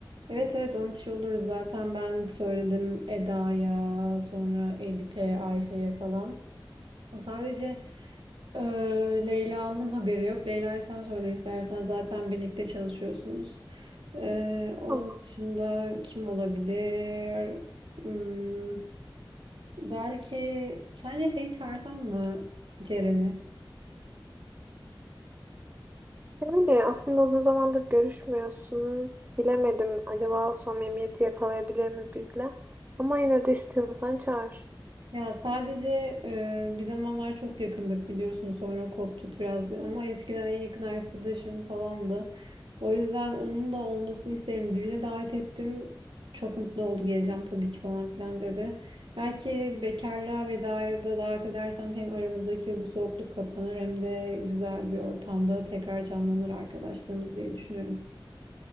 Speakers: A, on the right; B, on the right.
A: Evet evet 10 kişi oluruz zaten ben söyledim Eda'ya sonra Elif'e Ayşe'ye falan. Sadece eee, Leyla'nın haberi yok. Leyla'ya sen söyle istersen zaten birlikte çalışıyorsunuz. Ee, onun
B: Tamam.
A: dışında kim olabilir? Hmm, belki sence şeyi çağırsam mı Ceren'i?
B: Öyle aslında uzun zamandır görüşmüyorsun. Bilemedim acaba o samimiyeti yakalayabilir mi bizle? Ama yine de istiyorsan çağır.
A: Ya sadece e, bir zamanlar çok yakındık biliyorsun sonra koptuk biraz ama eskiden en yakın arkadaşım falandı. O yüzden onun da olmasını isterim. Düğüne davet ettim. Çok mutlu oldu geleceğim tabii ki falan filan dedi. Belki bekarlığa vedaya da davet edersem hem aramızdaki bu soğukluk kapanır hem de güzel bir ortamda tekrar canlanır arkadaşlığımız diye düşünüyorum.